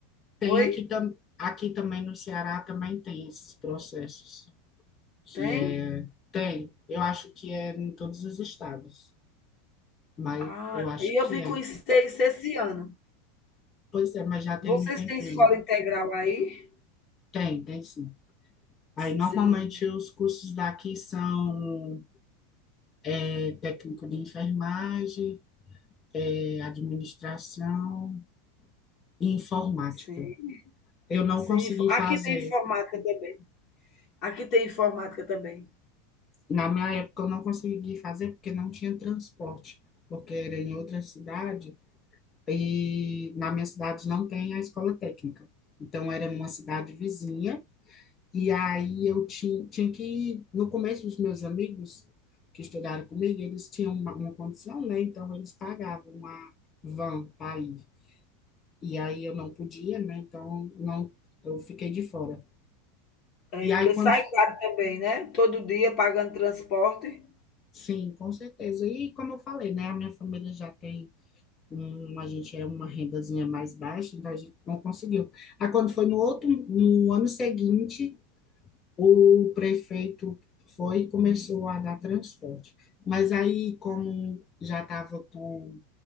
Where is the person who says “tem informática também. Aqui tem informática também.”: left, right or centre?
Left